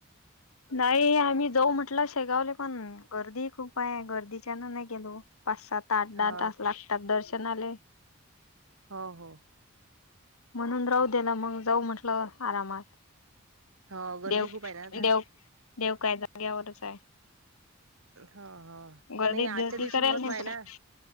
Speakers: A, on the left (about 80°); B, on the right (about 70°).
A: नाही, आम्ही जाऊ म्हटलं, शेगावल पण गर्दीही खूप आय. गर्दीच्यान नाय गेलो. पाच, सा, आठ,
B: हा
A: दहा तास लागतात दर्शनाले.
B: हो हो.
A: म्हणून राहू दे म, जाऊ म्हटलं आरामात
B: हो गर्दी
A: देव,
B: खूप आहे ना आता
A: देव, देव काय जाग्यावरच हाय.
B: हा हा,
A: गर्दीत
B: नाही आजच्या
A: गर्दी
B: दिवशी
A: करायला
B: महत्त्व
A: नाही
B: हाय
A: पुरत.
B: ना